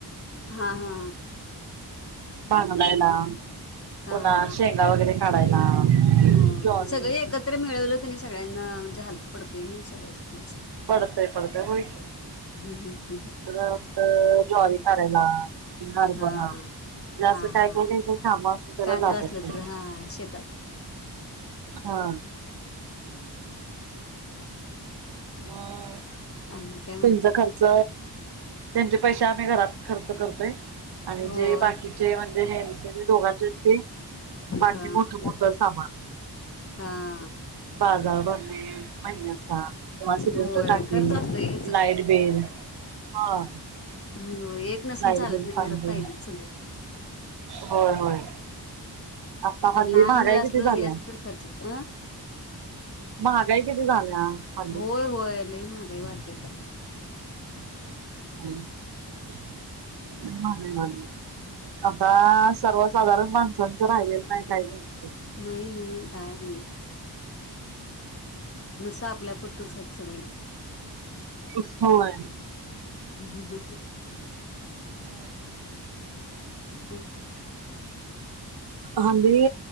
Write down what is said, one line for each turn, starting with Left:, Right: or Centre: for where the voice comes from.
Left: हा हा.
Right: भांगलायला
Left: हां,
Right: पुन्हा
Left: हां, हां,
Right: शेंगा
Left: हां.
Right: वगैरे- काढायला
Left: हो
Right: ज्वारी
Left: सगळे एकत्र मिळवलं आणि सगळ्यांना म्हणजे हलकं पडतय नाही सगळ्यासनीच.
Right: पडतंय पडतंय होय की.
Left: हं, हं, हं, हं.
Right: रात ज्वारी काढायला हारभरा,
Left: हां.
Right: बी
Left: हां,
Right: असं काय
Left: हां.
Right: काही नाही तर कामा असल तर
Left: काय
Right: लावत्यात
Left: असलं
Right: ते,
Left: तर हां, शेतात
Right: हा <unintelligible> मग
Left: आणि काय मग?
Right: तुमचा खर्च त्यांचे पैसे आम्ही घरात खर्च करतोय. आणि
Left: होय.
Right: जे बाकीचे म्हणजे हेंचे दोघांचे ते बाकी
Left: हां,
Right: मोठं मोठं सामान
Left: हां.
Right: बाजार भरणे महिन्याचा सिंडर
Left: होय.
Right: टाकी
Left: खरंच असतंय हेच
Right: लाईट बील हा.
Left: हो एक नसून
Right: लाईट
Left: चालत
Right: बिल
Left: नाही
Right: पाणी
Left: घरात
Right: बिल
Left: पाहिजेच संगळ
Right: होय होय आता
Left: आणि
Right: हल्ली
Left: लहान
Right: महागाई
Left: मुलं असलं
Right: किती झाल्या
Left: हे असलं तर खर्च होत ना?
Right: महागाई किती झाल्या हल्ली
Left: होय होय लय महाग. लय वाटलेत
Right: <unintelligible> लय महागलय <unintelligible> आता सर्वसाधारण माणसांचं राहिलेलं नाही काही नाही
Left: नाही नाही काय नाही. नुसा आपल्याप <unintelligible> हैत सगळी.
Right: <inaudible> होय.
Left: हू हू हू. ह
Right: आ
Left: हम्म
Right: हां बाई